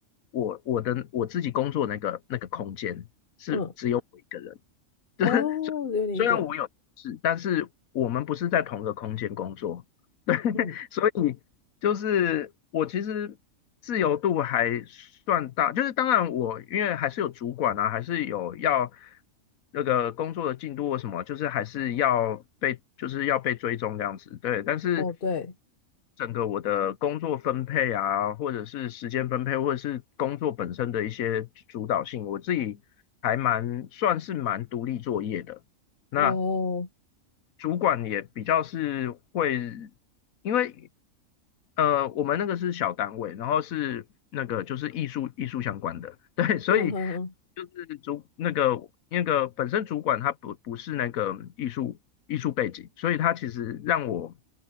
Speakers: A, on the left; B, on the left.
A: 我我的我自己工作那个那个空间是只有我一个人，
B: 嗯，
A: <laughs> 就是虽虽然我有同事，
B: 哦，只有你一个人，
A: 但是我们不是在同一个空间工作，<laughs> 对，
B: 嗯，
A: 所以。就是我其实自由度还算大，就是当然我因为还是有主管啊，还是有要那个工作的进度或什么，就是还是要被就是要被追踪这样子，对。但是
B: 哦对，
A: 整个我的工作分配啊，或者是时间分配，或者是工作本身的一些主导性，我自己还蛮算是蛮独立作业的。那
B: 哦，
A: 主管也比较是会，因为呃，我们那个是小单位，然后是那个就是艺术艺术相关的，<laughs> 对，所以
B: 嗯哼哼，
A: 就是主那个那个本身主管他不不是那个艺术艺术背景，所以他其实让我